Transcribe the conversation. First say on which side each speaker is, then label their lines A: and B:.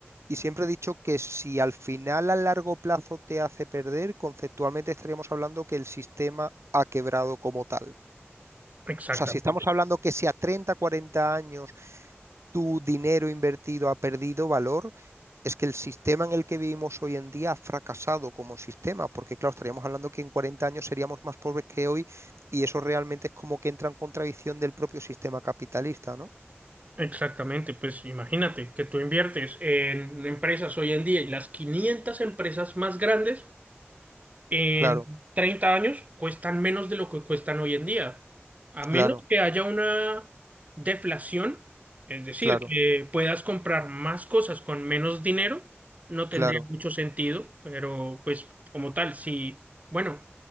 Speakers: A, on the right; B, on the right.
A: Y siempre he dicho que si al final a largo plazo te hace perder, conceptualmente estaríamos hablando que el sistema ha quebrado como tal.
B: Exactamente,
A: O sea, si estamos hablando que si a 30, 40 años tu dinero invertido ha perdido valor, es que el sistema en el que vivimos hoy en día ha fracasado como sistema, porque claro, estaríamos hablando que en 40 años seríamos más pobres que hoy y eso realmente es como que entra en contradicción del propio sistema capitalista, ¿no?
B: exactamente. Pues imagínate que tú inviertes en empresas hoy en día y las 500 empresas más grandes en
A: Claro,
B: 30 años cuestan menos de lo que cuestan hoy en día, a menos
A: claro,
B: que haya una deflación, es decir,
A: claro,
B: que puedas comprar más cosas con menos dinero, no tendría
A: claro.
B: mucho sentido, pero pues como tal, sí, bueno,